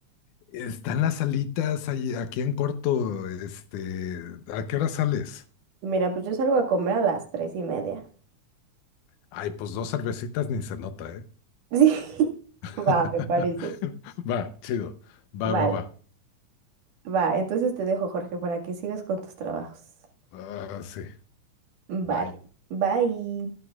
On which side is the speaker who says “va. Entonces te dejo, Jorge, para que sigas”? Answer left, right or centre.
Right